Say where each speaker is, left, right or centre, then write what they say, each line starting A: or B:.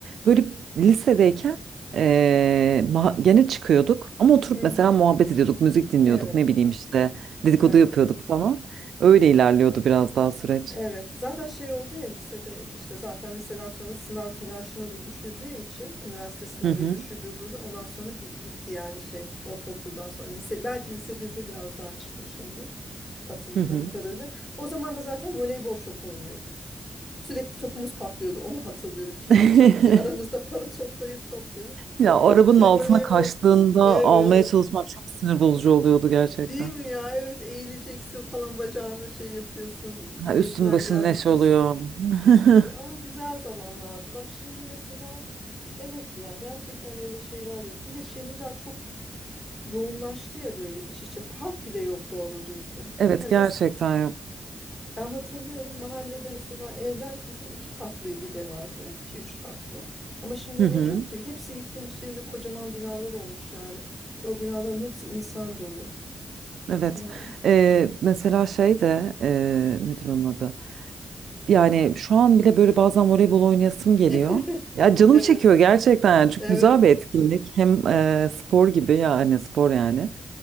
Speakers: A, on the right (about 90°); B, on the left (about 40°).
A: böyle lisedeyken e, ma- gene çıkıyorduk ama oturup
B: hı.
A: mesela
B: hı.
A: muhabbet ediyorduk, müzik dinliyorduk,
B: Evet,
A: ne bileyim işte dedikodu
B: aynen.
A: yapıyorduk falan. Öyle ilerliyordu biraz daha süreç.
B: Evet, zaten şey oldu ya lisede işte zaten liseden sonra sınav telaşına da düşüldüğü için üniversite sınavıydı,
A: Hı hı,
B: şuydu buydu. Ondan sonra bi- bitti yani şey ortaokuldan sonra lise belki lise birde biraz daha çıkmışımdır hatırladığım
A: hı hı.
B: kadarıyla. O zaman da zaten voleybol çok oynuyorduk. Sürekli topumuz patlıyordu. Onu hatırlıyorum. Kim
A: <laughs>
B: alacak diye aramızda para toplayıp toplayıp
A: Ya
B: <laughs>
A: o arabanın
B: şey
A: altına
B: voleyboltu.
A: kaçtığında
B: Evet.
A: almaya çalışmak çok sinir bozucu oluyordu gerçekten.
B: Değil mi ya? Evet eğileceksin falan bacağını şey yapıyorsun
A: Ha,
B: mecburen
A: üstün başın
B: geldi
A: neş
B: üstün
A: oluyor. <laughs>
B: üstün ama güzel zamanlardı. Bak şimdi mesela evet ya gerçekten öyle şeyler yok. Bir de şehirler çok yoğunlaştı ya böyle iç içe park bile yok doğru düzgün.
A: Evet
B: Hani
A: gerçekten
B: es
A: yok.
B: ben hatırlıyorum mahallede mesela evler bizim iki katlıydı genelde iki üç katlı. Ama şimdi
A: Hı
B: öyle
A: hı.
B: değil ki hepsi yıkılmış yerinde kocaman binalar olmuş yani. Ve o binaların hepsi insan dolu
A: Evet.
B: yani.
A: Ee, mesela şey de ee, nedir onun adı? Yani şu an bile böyle bazen voleybol oynayasım geliyor.
B: <laughs>
A: Ya canım
B: Evet,
A: çekiyor gerçekten yani çok
B: evet.
A: güzel bir etkinlik. Hem ee, spor gibi yani spor yani.